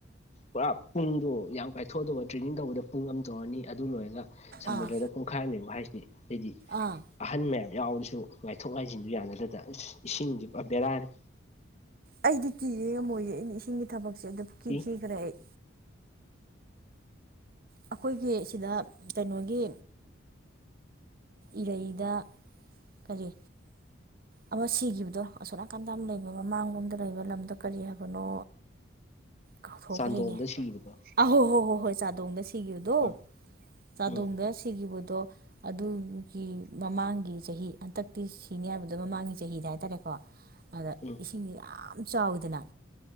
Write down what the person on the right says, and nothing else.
ꯑꯥ
ꯑꯥ
ꯑꯩꯗꯤ ꯀꯤꯔꯦ ꯉꯝꯃꯣꯏꯔꯦ ꯑꯅꯦ ꯏꯁꯤꯡꯒꯤ ꯊꯕꯛꯁꯦ ꯑꯗꯨ ꯀꯤꯈꯤꯈ꯭ꯔꯦ
ꯑꯩ ꯑꯩꯈꯣꯏꯒꯤ ꯁꯤꯗ ꯀꯩꯅꯣꯒꯤ ꯏꯔꯩꯗ ꯑꯗꯣ ꯑꯃ ꯁꯤꯈꯤꯕꯗꯣ ꯑꯁꯣꯝ ꯅꯥꯀꯟꯗ ꯂꯩꯕ ꯃꯃꯥꯡꯂꯣꯝꯗ ꯂꯩꯕ ꯂꯝꯗꯣ ꯀꯔꯤ ꯍꯥꯏꯕꯅꯣ ꯀꯥꯎꯊꯣꯛꯈ꯭ꯔꯦꯅꯦ
ꯑꯍꯣ ꯍꯣ ꯍꯣꯏ ꯍꯣꯏ ꯆꯥꯗꯣꯡꯗ ꯁꯤ ꯁꯤꯈꯤꯕꯗꯣ
ꯆꯥꯗꯣꯡꯗ
ꯁꯤꯈꯤꯕꯗꯣ ꯑꯗꯨꯒꯤ ꯃꯃꯥꯡꯒꯤ ꯆꯍꯤ ꯍꯟꯇꯛꯇꯤ ꯁꯤꯅꯤ ꯍꯥꯏꯕꯗꯣ ꯃꯃꯥꯡꯒꯤ ꯆꯍꯤꯗ ꯍꯥꯏꯇꯥꯔꯦꯀꯣ ꯑꯗ
ꯏꯁꯤꯡꯁ ꯌꯥꯝ ꯆꯥꯎꯋꯤꯗꯅ